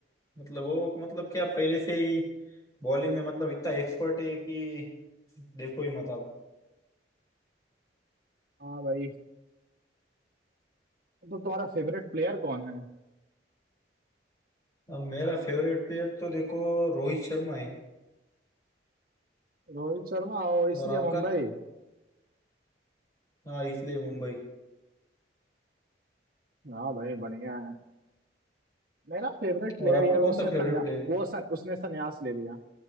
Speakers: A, on the left (about 20°); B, on the right (about 55°).
A: मतलब वो मतलब क्या पहले से ही बॉलिंग में मतलब इतना एक्सपर्ट है कि देखो ही मत आप
B: हाँ भाई तो तुम्हारा फेवरेट प्लेयर कौन है
A: अब मेरा फेवरेट प्लेयर तो देखो रोहित शर्मा है
B: रोहित शर्मा ओ इसलिए
A: और आपका
B: मुंबई
A: हाँ इसलिए मुंबई
B: हाँ भाई बढ़िया है मेरा फेवरेट प्लेयर
A: और आपका
B: यार
A: कौन
B: उसने
A: सा
B: सन्या
A: फेवरेट प्लेयर है
B: वो सन, उसने सन्यास ले लिया